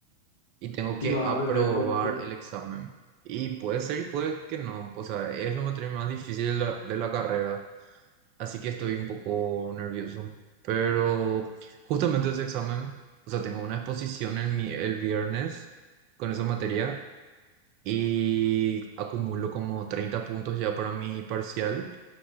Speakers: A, on the right; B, on the left.
A: Y tengo que
B: y vas
A: aprobar
B: a rendir con este.
A: el examen. Y puede ser y puede que no. O sea, es la materia más difícil de la, de la carrera. Así que estoy un poco nervioso. Pero justamente ese examen, o sea, tengo una exposición el, mi- el viernes con esa materia. y acumulo como 30 puntos ya para mi parcial